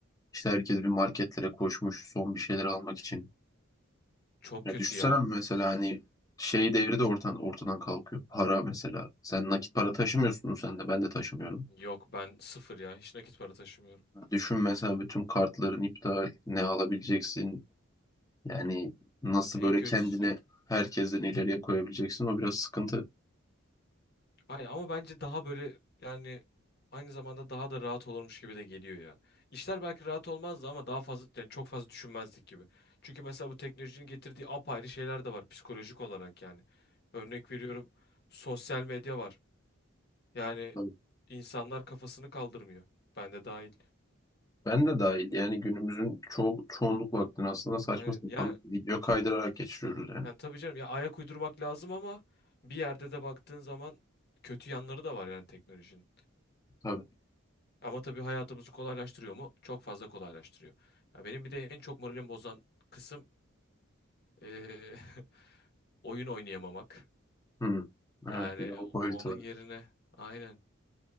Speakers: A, on the left; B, on the left.
A: İşte herkes bir marketlere koşmuş son bir şeyler almak için.
B: Çok
A: Ya
B: kötü
A: düşünsene
B: ya.
A: mesela hani şey devri de ortadan, ortadan kalkıyor. Para mesela. Sen nakit para taşımıyorsun sen de ben de taşımıyorum.
B: Yok ben sıfır ya. Hiç nakit para taşımıyorum.
A: Düşün mesela bütün kartların iptal, ne alabileceksin? Yani nasıl
B: En
A: böyle
B: kötüsü
A: kendine herkesten ileriye koyabileceksin? O biraz sıkıntı.
B: ay ama bence daha böyle yani aynı zamanda daha da rahat olurmuş gibi de geliyor ya. İşler belki rahat olmazdı ama daha fazla yani çok fazla düşünmezdik gibi. Çünkü mesela bu teknolojinin getirdiği apayrı şeyler de var psikolojik olarak yani. Örnek veriyorum sosyal medya var. Yani
A: Tabii.
B: insanlar kafasını kaldırmıyor. Ben de dahil.
A: Ben de dahil yani günümüzün ço çoğunluk vaktini aslında saçma
B: Aynen.
A: sapan
B: Ya
A: video kaydırarak geçiriyoruz yani.
B: Yani tabii canım ya ayak uydurmak lazım ama bir yerde de baktığın zaman kötü yanları da var yani teknolojinin.
A: Tabii.
B: Ama tabii hayatımızı kolaylaştırıyor mu? Çok fazla kolaylaştırıyor. Ya benim bir de en çok moralimi bozan kısım eee, <laughs> oyun oynayamamak.
A: Hı. Evet
B: Yani
A: bir de o boyutu
B: onun
A: var.
B: yerine aynen